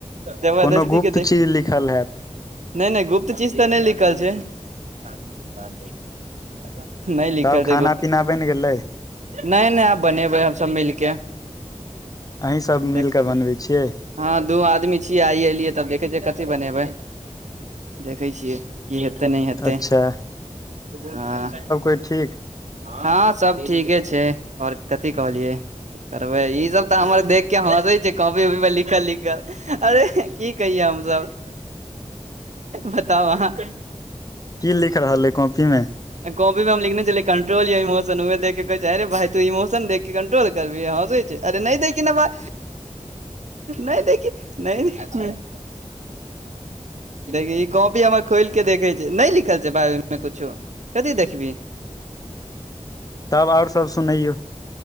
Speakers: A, on the right; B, on the left.
A: जबरदस्ती
B: कोनो गुप्त
A: के देख
B: चीज लिखल हैत
A: नहि नहि गुप्त चीज तऽ नहि लिखल छै, <unintelligible> नहि लिखल
B: तब
A: छै,
B: खाना पीना बनि गेलै
A: नहि- नहि आ बनेबै हमस मिलके।
B: अहीं सभ
A: देख
B: मिल कऽ बनबै छियै?
A: हँ, दू आदमी छियै, आइ एलियै तब देखै छियै, कथी बनेबै, देखै छियै। कि हेतै, नहि हेतै,
B: अच्छा
A: हऽ।
B: तऽ ठीक!
A: हँं सब ठीके छै, और कथी कहलियै? रउ बइह, ई सब तऽ हमर देख के हंसे छै, कॉपी -उपी पर लिखल -लिखल। अरे की कहिय, हम सब, बताउ अहाँ?
B: की लिख रहल अइ कॉपीमे
A: ग काँपी पर हम लिने छल, कंट्रोल या इमोशनह, देख के कहै छैे भाय, तू इमोशन देख कंट्रोल करबीही हसै छै। अरे नहि देखी ने भाय, नहि देखी, नहि देख, ई कॉपी हमर खोल के देखे छै, नहि लिखल छै‌ भाय, ओहिमे कुछो। कथी देखबी?
B: तब और सब सुनैयौ।